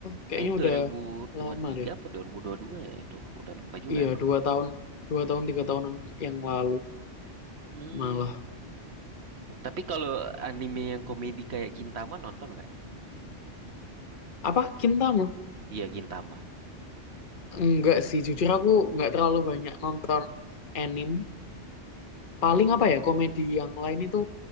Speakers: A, on the left (about 45°); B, on the right (about 60°).
A: kayaknya
B: Kayaknya 2023
A: udah lama deh.
B: apa 2022 ya itu. Udah lupa juga
A: Iya,
B: aku.
A: dua tahun, dua tahun tiga tahunan yang lalu
B: Hmm.
A: malah.
B: Tapi kalau anime yang komedi kayak Gintama nonton nggak?
A: Apa Kintama?
B: Iya Gintama.
A: Enggak sih, jujur aku nggak terlalu banyak nonton anime. paling apa ya komedi yang lain itu